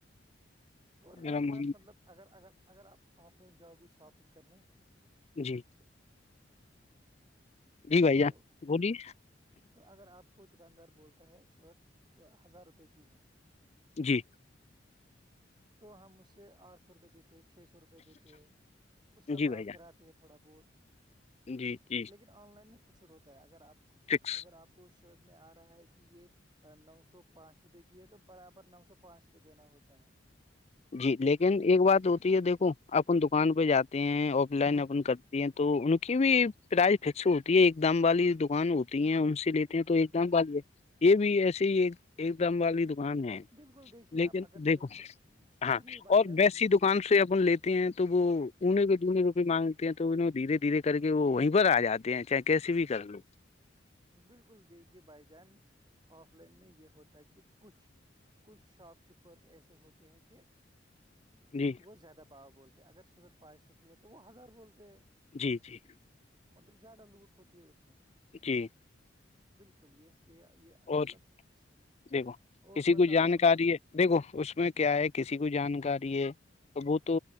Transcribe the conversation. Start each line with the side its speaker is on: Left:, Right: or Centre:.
Right: اور
Left: میرا
Right: رہی
Left: م
Right: بات مطلب اگر اگر اگر آپ آف لائن جاؤ گے شاپنگ کرنے
Left: جی جی بھیا
Right: تو
Left: بولیے
Right: تو اگر آپ کو دکاندار بولتا ہے شرٹ ہزار روپے کی ہے
Left: جی
Right: تو ہم اسے آٹھ سو روپئے دیتے ہیں چھ سو روپئے دیتے ہیں اس کا
Left: جی
Right: باغ
Left: بھائی
Right: گراتے ہیں تو تھوڑا بہت
Left: جی جی
Right: لیکن آن لائن میں فکسر ہوتا ہے اگر آپ
Left: فکس
Right: اگر آپ کو شرٹ میں آ رہا ہے کہ یہ نو سو پانچ روپئے کی ہے تو برابر نو سو پانچ روپئے دینا ہوتا ہے
Left: جی لیکن ایک بات ہوتی ہے دیکھو اپن دکان پہ جاتے ہیں آف لائن اپن کرتی ہیں تو ان کی بھی پرائز فکس ہوتی ہے ایک دام والی دکان ہوتی ہے ان سے لیتے ہیں تو ایک دام والی ہے یہ بھی ایسے ہی ایک ایک دم والی دکان ہے
Right: بالکل دیکھیے
Left: لیکن
Right: آپ اگر
Left: دیکھو
Right: شرٹ ہو سنیے
Left: ہاں
Right: بھائی
Left: اور
Right: جان
Left: ویسی
Right: سنیے سنیے
Left: دکان سے اب لیتے ہیں تو وہ اننے کو دنے روپ مانگتے ہیں تو ان دھیرے دھیرے کر کے وہ وہیں پر آ جاتے ہیں چاہے کیسے بھی کر لو
Right: بالکل دیکھیے بھائی جان آف لائن میں یہ ہوتا ہے کہ کچھ کچھ شاپ کیپرز ایسے ہوتے ہیں کہ
Left: جی
Right: وہ زیادہ با بولتے ہیں اگر صگر پانچ سو کی ہے تو وہ ہزار بولتے ہیں
Left: ج جی
Right: مطلب زیادہ لوٹ ہوتی ہے اس میں
Left: جی
Right: بالکل یہ یہ یہ
Left: اور
Right: مطلب اس کی
Left: دیکھو
Right: اور
Left: کسی
Right: بتاؤ
Left: کو جانکاری ہے دیکھو اس میں کیا ہے کسی کو جانکاری ہے تو وہ تو